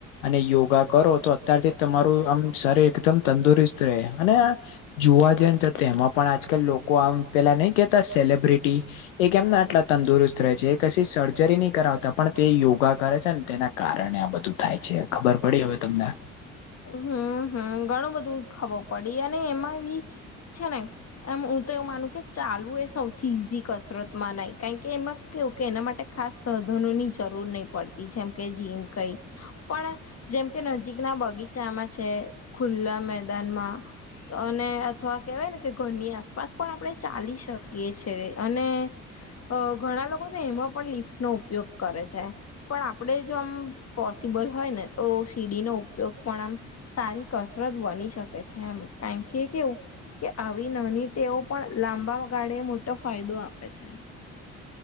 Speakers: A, on the left; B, on the left.
A: અને યોગા કરો તો અત્યારથી તમારું આમ શરીર એકદમ તંદુરસ્ત રહે અને યાર જોવા જઈ ને તો તેમાં પણ આજકાલ લોકો આમ પેલા નહી કેહેતા સેલબ્રિટી એ કેમને આટલા તંદુરસ્ત રહે છે એ કછી સર્જરી નહી કરાવતા પણ તે યોગા કરે છે ને તેના કારણ આ બધું થાય છે ખબર પડી હવે તમને
B: હમ્મ હમ્મ ઘણું બધું ખબર પડી અને એમાં બી છે ને એમ હું તો એવું માનું કે ચાલવું એ સૌથી ઈઝી કરશ કસરતમાં ન કારણ કે એમાં કેવું કે એના માટે ખાસ સાધનોની જરૂર નહીં પડતી જેમકે જીમ કઈ પણ જેમ કે નજીક ના બગીચામાં છે ખુલ્લા મેદાનમાં અને અથવા કેહેવાય ને કે ઘરની આસપાસ પણ આપણે ચાલી શકીએ છે અને અ ઘણા લોકો છે એમાં પણ લિફ્ટનોો ઉપયોગ કરે છે. પણ આપણે જો આમ પોસિબલ હોય ને તો સીડીનો ઉપયોગ પણ આમ સારી કસરત બની શકે છે એમ કારણ કે કેવું કે આવી નાની તેઓ પણ લાંબા ગાળે મોટો ફાયદો આપે છે.